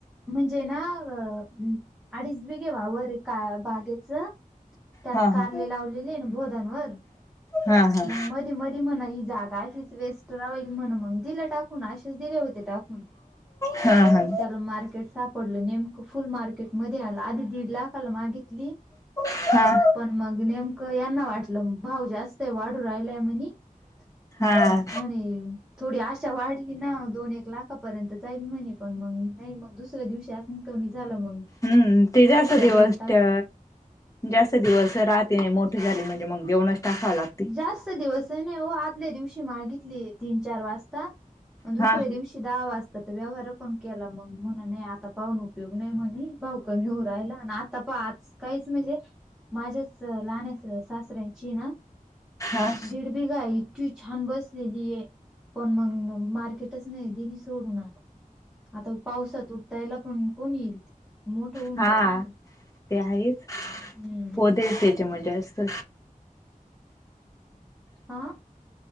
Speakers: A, in the centre; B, on the left.
A: म्हणजे ना अ अंम अडीच बी घेवा वावर आहे का बागेचं? त्यात
B: हा हा
A: कारले लावलेले ना बोधांवर
B: हा हा
A: मग मधे मधे म्हणा ही जागा अशीच वेस्ट राहील म्हण मग दिलं टाकून असेच दिले होते टाकून.
B: हा हा
A: त्याला मार्केट साप पडल नेमकं फुल मार्केट मध्ये आला आधी दीड लाखाला मागितली.
B: हा.
A: पण मग नेमकं यांना वाटलं भाव जास्त आहे वाढू राहिलाय म्हणी. मग
B: हा
A: म्हणे थोडी आशा वाढली ना दोन एक लाखापर्यंत जाईल म्हणे पण मग नाही मग दुसऱ्या दिवसा प कमी झालं मग.
B: हम्म, ते जास्त दिवस
A: देऊन टाकलं.
B: त्या जास्त दिवस रात्री मोठीे झाली म्हणजे मग देवणच टाकावं लागत.
A: जास्त दिवस आहे ना हो आदल्या दिवशी मागितली तीन चार वाजता, दुसऱ्या
B: हा
A: दिवशी दहा वाजतात व्यवहार पण केला मंग म्हण आता पाहून उपयोग नाही म्हणे भाव कमी होऊ राहिला. त पा आज काहीच म्हणजे माझ्याच लहान सासऱ्यांची ना
B: हा.
A: दीड बेघा इतकी छान बसलेली आहे. पण मग मार्केटच नाही दिली सोडून आता. आता पावसात उठतायला पण कोण येईल ते मोठं होऊन
B: हा
A: जाईल खूप.
B: ते आहेच
A: हम्म.
B: कोदर त्याचे म्हणजे असत.
A: हां.